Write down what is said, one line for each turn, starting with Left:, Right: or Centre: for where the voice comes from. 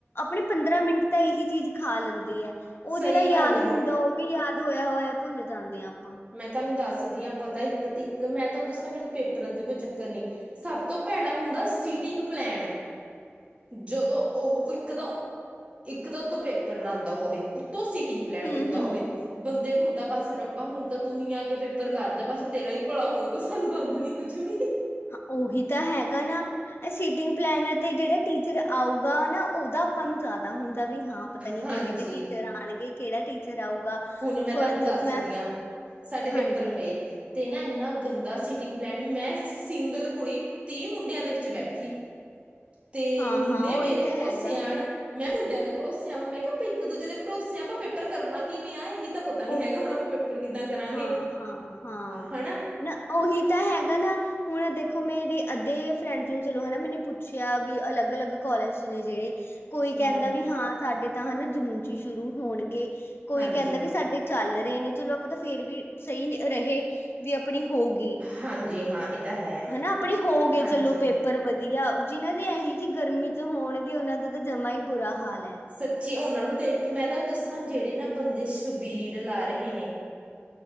Left: ਆਪਣੇ ਪੰਦਰਾਂ ਮਿੰਟ ਤਾਂ ਇਹੀ ਚੀਜ਼ ਖਾ ਲੈਂਦੀ ਹੈ ਉਹ
Right: ਸਹੀ
Left: ਜਿਹੜਾ ਯਾਦ
Right: ਗੱਲ ਹੈ
Left: ਹੁੰਦਾ ਉਹ ਵੀ ਯਾਦ ਹੋਇਆ ਹੋਇਆ ਭੁੱਲ ਜਾਂਦੇ ਹਾਂ ਆਪਾਂ
Right: ਮੈਂ ਤੁਹਾਨੂੰ ਦੱਸਦੀ ਹਾਂ ਪਤਾ ਇੱਕ ਇੱਕ ਮੈਂ ਤੁਹਾਨੂੰ ਦੱਸਾਂ ਮੈਨੂੰ ਪੇਪਰਾਂ ਕੋਈ ਚੱਕਰ ਨਹੀਂ, ਸਭ ਤੋਂ ਭੈੜਾ ਹੁੰਦਾ ਸੀਟਿੰਗ ਪਲੈਨ, ਜਦੋਂ ਉਹ ਇੱਕਦਮ, ਇੱਕ ਤਾਂ ਉੱਤੋਂ ਪੇਪਰ ਨਾ ਆਉਂਦਾ ਹੋਵੇ ਉੱਤੋਂ ਸੀਟਿੰਗ ਪਲੈਨ
Left: ਹੂੰ
Right: ਗੰਦਾ
Left: ਹੂੰ
Right: ਹੋਵੇ। ਬੰਦੇ ਨੂੰ ਹੁੰਦਾ ਬਸ ਰੱਬਾ ਹੂੰ, ਤੂੰ ਹੀ ਆ ਕੇ ਪੇਪਰ ਕਰ ਜਾ ਬਸ ਤੇਰਾ ਹੀ ਭਲਾ ਹੋਊਗਾ ਸਾਨੂੰ ਤਾਂ ਆਉਦਾ ਨੀ ਕੁਛ ਵੀ,
Left: ਉਹੀ ਤਾਂ ਹੈਗਾ ਨਾ ਇਹ ਸੀਟਿੰਗ, ਪਲੈਨ ਤੇ ਜਿਹੜਾ ਟੀਚਰ ਆਊਗਾ ਨਾ ਉਹਦਾ ਆਪਾਂ ਨੂੰ ਜ਼ਿਆਦਾ ਹੁੰਦਾ ਵੀ ਹਾਂ ਪਤਾ ਨੀ
Right: ਹਾਂਜੀ
Left: ਕਿਹੇ ਜਿਹੇ ਟੀਚਰ ਆਉਣਗੇ ਕਿਹੜਾ ਟੀਚਰ ਆਊਗਾ,
Right: ਹੁਣ ਮੈਂ
Left: ਫ
Right: ਤੁਹਾਨੂੰ
Left: ਜਦੋਂ
Right: ਦੱਸਦੀ
Left: ਮੈਂ
Right: ਆ ਸਾਡੇ ਪੇਪਰ
Left: ਹਾਂਜੀ
Right: ਪਏ, ਤੇ ਨਾ ਇੰਨਾ ਗੰਦਾ ਸੀਟਿੰਗ ਪਲੈਨ ਮੈਂ ਸਿੰਗਲ ਕੁੜੀ ਤੀਹ ਮੁੰਡਿਆਂ ਦੇ ਵਿੱਚ ਬੈਠੀ,
Left: <inaudible>
Right: ਤੇ ਮੁੰਡੇ
Left: ਹਾਂ
Right: ਮੇਰੇ
Left: ਉਹੀ ਤਾਂ
Right: ਭਰੋਸੇ
Left: ਹੈਗਾ
Right: ਆਣ, ਮੈਂ ਮੁੰਡਿਆਂ ਦੇ ਭਰੋਸਿਆਂ ਆਵਾ ਮੈਂ ਕਿਹਾ ਆਪਾਂ ਇੱਕ ਦੂਜੇ ਦੇ ਭਰੋਸੇ ਆ ਆਪਾਂ ਪੇਪਰ ਕਰਨਾ ਕਿਵੇਂ ਆ ਇਹੀ, ਤਾਂ ਪਤਾ ਨੀ
Left: ਉਹ
Right: ਹੈਗਾ ਹੁਣ ਆਪਾਂ ਪੇਪਰ ਕਿਦਾਂ ਕਰਾਂਗੇ
Left: ਹਾਂ ਹਾਂ ਹਾਂ
Right: ਹਨਾ,
Left: ਨਾ ਉਹੀ ਤਾਂ ਹੈਗਾ ਨਾ, ਹੁਣ ਦੇਖੋ ਮੇਰੇ ਅੱਧੇ ਫਰੈਂਡਸ ਨੂੰ ਚਲੋ ਹਨਾ ਮੈਂ ਪੁੱਛਿਆ ਵੀ ਅਲੱਗ ਅਲੱਗ ਕੋਲਜ ਨੇ ਜਿਹੜੇ, ਕੋਈ ਕਹਿੰਦਾ
Right: ਹੂੰ
Left: ਵੀ ਹਾਂ ਸਾਡੇ ਤਾਂ ਹਨਾ ਜੂਨ ਚ ਹੀ ਸ਼ੁਰੂ ਹੋਣਗੇ ਕੋਈ
Right: ਹਾਂਜੀ
Left: ਕਹਿੰਦਾ ਵੀ ਸਾ ਇਹ ਚੱਲ ਰਹੇ ਨੇ ਚਲੋ ਆਪਾਂ ਤਾਂ ਫਿਰ ਵੀ ਸਹੀ ਰਹੇ। ਵੀ ਆਪਣੀ ਹੋਗੀ
Right: ਹਾਂਜੀ ਹਾਂ ਇਹ ਤਾਂ ਹੈ
Left: ਹਨਾ ਆਪਣੀ ਹੋਗੇ
Right: ਹਾਂਜੀ
Left: ਚਲੋ ਪੇ ਪਰ ਵਧੀਆ ਜਿਹਨਾਂ ਦੇ ਇਹੀ ਜਿਹੀ ਗਰਮੀ ਚ ਹੋਣਗੇ ਉਹਨਾਂ ਦਾ ਤਾਂ ਜਮਾਂ ਹੀ ਬੁਰਾ ਹਾਲ ਹੈ।
Right: ਸੱਚੀ ਉਹਨਾਂ ਨੂੰ ਦੇਖ ਕੇ ਮੈਂ ਤੁਹਾਨੂੰ ਦੱਸਾਂ ਜਿਹੜੇ ਨਾ ਬੰਦੇ ਸ਼ਬੀਲ ਲਾ ਰਹੇ ਨੇ